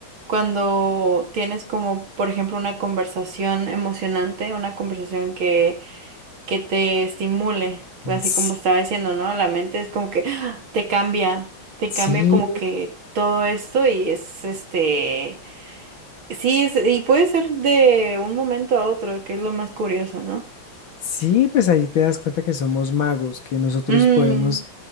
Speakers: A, on the right; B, on the left.
A: Cuando tienes como, por ejemplo, una conversación emocionante, una conversación que que te estimule, así
B: mm, Sí,
A: como estaba diciendo, ¿no? La mente es como que ¡ah! te cambia, te
B: sí,
A: cambia como que todo esto y es este, sí, es, y puede ser de un momento a otro, que es lo más curioso, ¿no?
B: sí, pues ahí te das cuenta que somos magos, que nosotros
A: Mm,
B: podemos